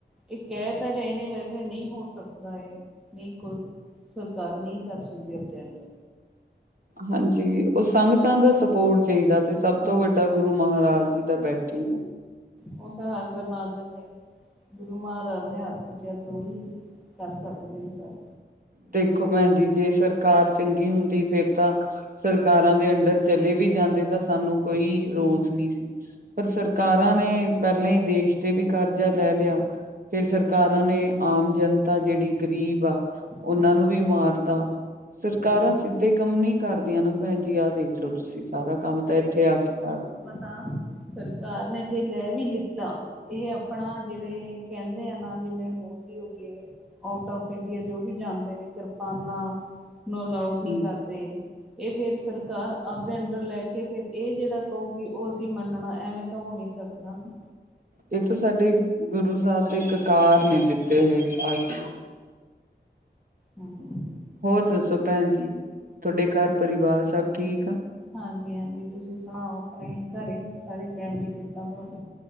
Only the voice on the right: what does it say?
ਹਾਂਜੀ, ਉਹ ਸੰਗਤਾਂ ਦਾ ਭੋਰ ਚਾਹੀਦਾ ਤੇ ਸਭ ਤੋਂ
ਵੱਡਾ ਗੁਰੂ ਮਹਾਰਾਜ ਜੀ ਤਾਂ ਬੈਠੇ ਹੀ
ਦੇਖੋ ਭੈਣ ਜੀ ਜੇ ਸਰਕਾਰ ਚੰਗੀ ਹੁੰਦੀ ਫਿਰ ਤਾਂ ਸਰਕਾਰਾਂ ਦੇ ਅੰਡਰ ਚਲੇ ਵੀ ਜਾਂਦੇ ਤਾਂ ਸਾਨੂੰ ਕੋਈ ਰੋਸ
ਨਹੀਂ ਸੀ, ਪਰ ਸਰਕਾਰਾਂ ਨੇ ਪਹਿਲਾਂ ਹੀ ਦੇਸ਼ ਤੇ ਵੀ ਕਰਜ਼ਾ ਲੈ ਲਿਆ। ਫਿਰ ਸਰਕਾਰਾਂ ਨੇ ਆਮ ਜਨਤਾ ਜਿਹੜੀ ਗਰੀਬ ਆ ਉਹਨਾਂ
ਨੂੰ ਵੀ ਮਾਰਤਾ, ਸਰਕਾਰਾਂ
ਸਿੱਧੇ ਕੰਮ ਨੀ ਕਰਦੀਆਂ ਨਾ ਭੈਣ ਜੀ ਆ ਦੇਖ ਚਲੋ ਤੁਸੀਂ ਸਾਰਾ ਕੰਮ ਤਾਂ ਇੱਥੇ ਆ ਕੇ ਕਰ
ਹੂੰ।
ਇਹ ਤਾਂ ਸਾਡੇ ਗੁਰੂ ਸਾਹਿਬ ਦੇ ਕਕਾਰ ਨੇ ਦਿੱਤੇ ਹੋਏ ਆਸ਼
ਹੋਰ ਦੱਸੋ, ਭੈਣ ਜੀ ਤੁਹਾਡੇ ਘਰ ਪਰਿਵਾਰ ਸਭ ਠੀਕ ਆ?